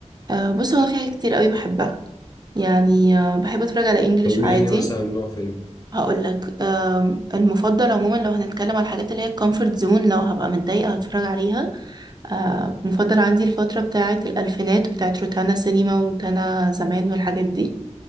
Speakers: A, on the right; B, on the left.
A: أه بص هو أنا في حاجات كتير قوي بحبها يعني أه بحب أتفرج على إنجليش
B: طب قولي
A: عادي
B: لي مثلا نوع فيلم
A: هقول لك المفضل عموما لو هنتكلم على الحاجات اللي هي الكومفورت زون لو هبقى متضايقة هتفرج عليها آه، مفضل عندي الفترة بتاعة الألفينات وبتاعة روتانا سينما وروتانا زمان والحاجات دي